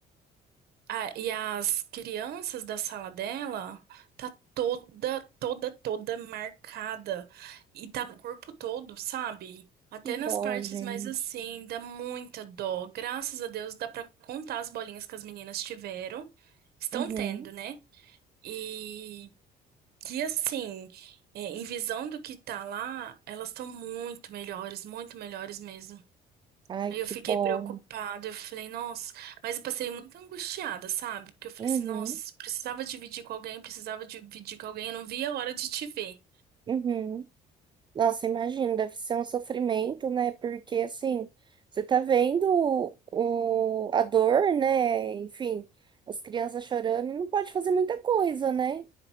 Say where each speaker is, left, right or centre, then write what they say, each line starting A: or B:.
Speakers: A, on the right; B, on the right.
A: ah, e as crianças da sala dela tá toda, toda, toda marcada. E tá no corpo todo, sabe? Até
B: Que dó,
A: nas partes
B: gente.
A: mais assim, dá muita dó. Graças a Deus dá pra contar as bolinhas que as meninas tiveram. Estão
B: Uhum.
A: tendo, né? E, e assim, é, em visão do que tá lá, elas estão muito melhores, muito melhores mesmo.
B: Ai,
A: Aí
B: que
A: eu fiquei
B: bom.
A: preocupada, eu falei, nossa, mas eu passei muito angustiada, sabe? Porque eu falei
B: Uhum,
A: assim, nossa, precisava dividir com alguém, precisava dividir com alguém, eu não via a hora de te ver.
B: uhum. Nossa, imagina, deve ser um sofrimento, né? Porque assim, você tá vendo o, o- a dor, né? Enfim, as crianças chorando e não pode fazer muita coisa, né?